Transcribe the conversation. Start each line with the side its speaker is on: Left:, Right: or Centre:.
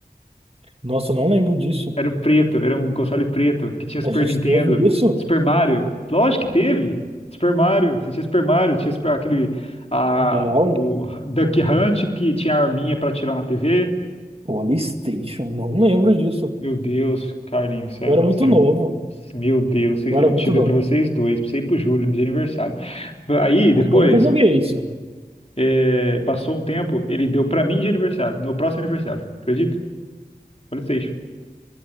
Right: Nossa, eu não lembro disso.
Left: Era o preto, era um console preto, que tinha
Right: A
Left: Super
Right: gente
Left: Nintendo,
Right: teve isso?
Left: Super Mario. Lógico que teve. Super Mario, você tinha Super Mario, tinha Super- aquele, a,
Right: Não.
Left: o Duck Hunt que tinha a arminha pra atirar na TV.
Right: PlayStation, não lembro disso.
Left: Meu Deus, Carlinhos, você,
Right: Eu
Left: é-
Right: era muito
Left: você- é-
Right: novo.
Left: meu Deus, eu
Right: Eu era muito
Left: te dei
Right: novo.
Left: pra vocês dois, pra você e pro Júlio, de aniversário. Aí, depois,
Right: Acho que eu nunca joguei isso.
Left: é, passou um tempo, ele deu pra mim de aniversário, no meu próximo aniversário, acredita? PlayStation.